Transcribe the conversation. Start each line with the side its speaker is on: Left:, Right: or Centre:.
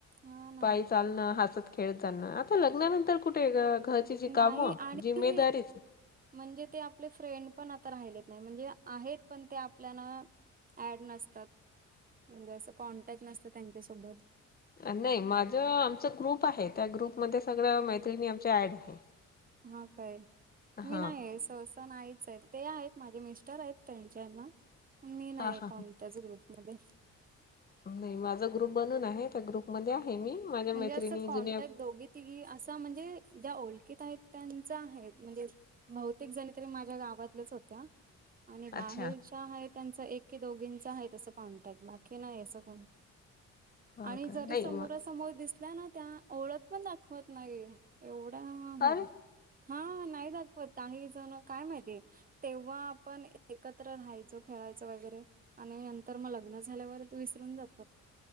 Right: हा ना
Left: पायी चालणं हसत खेळत जाणं आता लग्नानंतर कुट ठे घरची जी
Right: नाही
Left: कामं
Right: आणि
Left: जिम्मेदारीच
Right: म्हणजे ते आपले फ्रेंड पण आता राहिले नाय म्हणजे आहेत पण ते आपल्याना ऍड नसतात म्हणजे असं कॉन्टॅक्ट नसत त्यांच्यासोबत.
Left: नाही माझं आमच ग्रुप आहे त्या ग्रुपमध्ये सगळं मैत्रिणी आमच्या ऍड आहे.
Right: हा काय
Left: हा
Right: मी नाही आहे स स नाहीच आहेत ते आहेत माझे मिस्टर आहेत त्यांच्याना मी नाही
Left: हा हा
Right: कोण -त्याच ग्रुपमध्ये
Left: नाही माझा ग्रुप बनून आहे त्या ग्रुप मध्ये आहे मी माझ्या
Right: म्हणजे
Left: मैत्रिणी
Right: असं कॉन्टॅक्ट
Left: जुन्या
Right: दोघी तीघी असं म्हणजे ज्या ओळखित आहेत त्यांचा आहेत म्हणजे - बहूतेक जणी तरी माझ्या गावातल्याच होत्या आणि बाहेर
Left: अच्छा
Right: - त्या आहे त्यांचा एक की दोघींचा आहे तसं कॉन्टॅक्ट बाकी नाही असं कोणी -
Left: हो
Right: आणि
Left: का
Right: जरी
Left: नाही
Right: समोरासमोर
Left: मग
Right: दिसल्या ना त्या ओळख पण दाखवत नाही - एवढा हा
Left: अरे
Right: हे हा नाही दाखवत काही जण काय माहिती तेव्हा आपण एकत्र राहायचो खेळायच वगैरे आणि नंतर मग लग्न झाल्यावरती विसरून जातात